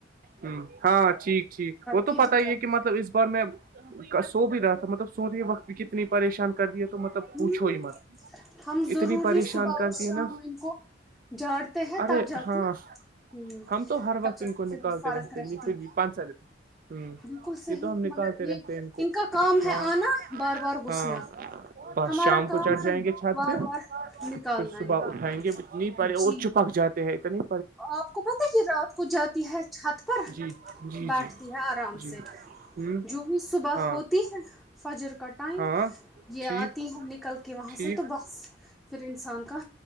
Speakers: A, on the right; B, in the centre.
A: ہ ہاں ٹھیک ٹھیک تو
B: کہ
A: پتا
B: جتا
A: ہی ہے کہ مطلب اس بار میں سو بھی رہا تھا مطلب سو رہے وقت بھی ک اتنی پریشان کر دیا تو مطلب
B: ہ
A: پوچھو ہی مت
B: ہم
A: اتنی
B: ضروری
A: پریشان
B: صبح
A: کرتی
B: اور شام
A: ہے نا
B: ان کو جاڑتے ہیں
A: ارے
B: تب جا
A: ہاں
B: کے ہ
A: ہم تو ہر وقت
B: تب جب
A: ان کو نکالتے
B: سے بھی فرق
A: رہتے
B: رہتی
A: ہیں یہ پھر بھی پانچ سال ہ
B: بالکل صحیح
A: یہ تو ہم نکالتے
B: مگر
A: رہتے
B: یہ
A: ہیں کو
B: ان کا کام
A: ہاں
B: ہے آنا بار بار
A: ہاں
B: گھسنا
A: بس
B: ہمارا
A: شام
B: کام
A: کو چڑھ جائیں
B: ہے
A: گے چھت
B: بار
A: پہ
B: بار نکالنا
A: پھر صبح
B: ان کو
A: اٹھائیں گے ات نہیں پڑے اور
B: جی
A: چپک جاتے ہے تو نہیں
B: آپ کو پتا کہ رات کو جاتی ہے چھت پر
A: جی جی
B: بانٹتی
A: جی
B: ہے آرام
A: جی
B: سے
A: ہوں
B: جو بھی صبح
A: ہاں
B: ہوتی ہے فجر کا ٹائم
A: ہاں
B: یہ
A: ٹھیک
B: آتی ہے ن کلک وہاں
A: ٹھیک
B: سے تو بس پھر انسان کا